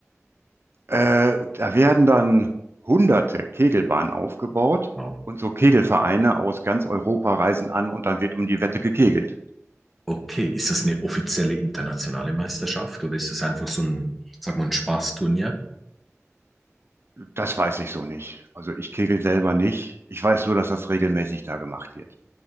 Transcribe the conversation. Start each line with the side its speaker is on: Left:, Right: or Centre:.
Right: Äh, da werden dann hunderte Kegelbahnen aufgebaut
Centre: Wow.
Right: und so Kegelvereine aus ganz Europa reisen an und dann wird um die Wette gekegelt.
Centre: Okay, ist das eine offizielle internationale Meisterschaft oder ist das einfach so ein, sag mal, ein Spaßturnier?
Right: Das weiß ich so nicht. Also ich kegel selber nicht. Ich weiß nur, dass das regelmäßig da gemacht wird.